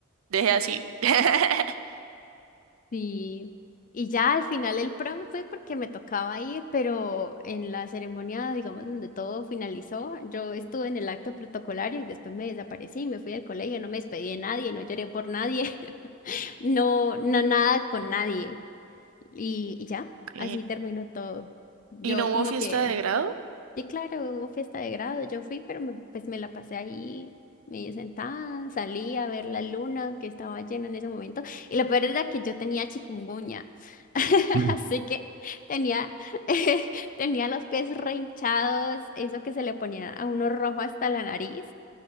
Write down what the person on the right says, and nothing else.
Dejé así. <laughs>
Ok.
¿Y no hubo
fiesta
de grado?
Mm.